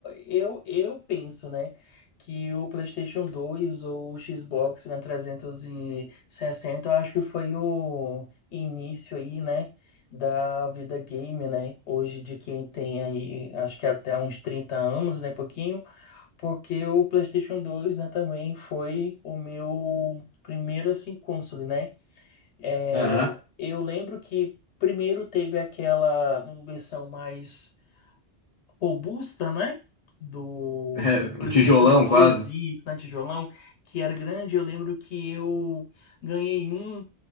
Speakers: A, on the left (about 90°); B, on the left (about 40°).
A: Eu, eu penso, né? Que o PlayStation 2 ou o Xbox, né, 360, eu acho que foi o início aí, né? Da vida game, né? Hoje de quem tem aí, acho que até uns 30 anos, né? Pouquinho, porque o PlayStation 2, né? Também foi o meu primeiro, assim, console, né? É,
B: Aham.
A: eu lembro que primeiro teve aquela versão mais robusta, né? Do
B: é,
A: PlayStation
B: um tijolão
A: 2
B: quase?
A: e isso, né, tijolão, que era grande. Eu lembro que eu ganhei um